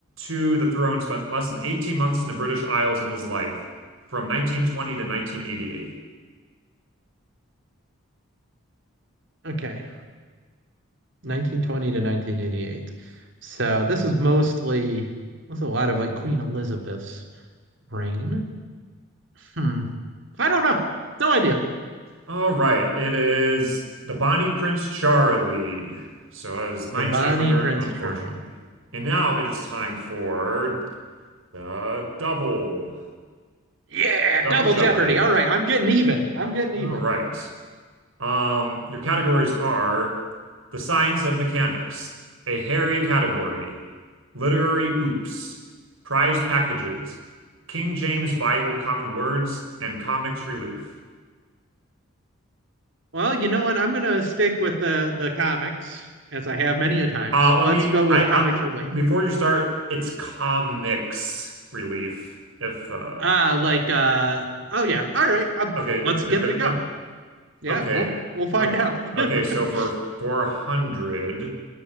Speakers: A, on the right; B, on the right.
A: to the throne, spent less than 18 months in the British Isles in his life, from 1920 to 1988.
B: Okay. 1920 to 1988. So this is mostly, there's a lot of like Queen Elizabeth's reign. Hmm. I don't know. No idea.
A: All right, it is the Bonnie Prince Charlie. So I was minus
B: The
A: 800,
B: Prince
A: unfortunately.
B: drama.
A: And now it is time for the double,
B: Yeah,
A: double
B: double
A: Jeopardy.
B: jeopardy. All right, I'm getting even. I'm getting even.
A: All right. Um, your categories are the science of mechanics, a hairy category, literary oops, prize packages, King James Bible common words, and comics relief.
B: Well, you know what? I'm gonna stick with the the comics as I have many a times.
A: Uh,
B: Let's
A: let me.
B: go with
A: I,
B: comics
A: I
B: related.
A: before you start, it's comics relief. If uh,
B: Ah, like uh oh yeah. All right. Uh,
A: okay, you're
B: let's
A: you're
B: give
A: good
B: it a
A: with
B: go.
A: that.
B: Yeah,
A: Okay,
B: well, we'll find
A: okay,
B: out.
A: okay. So
B: <laughs>
A: for 400,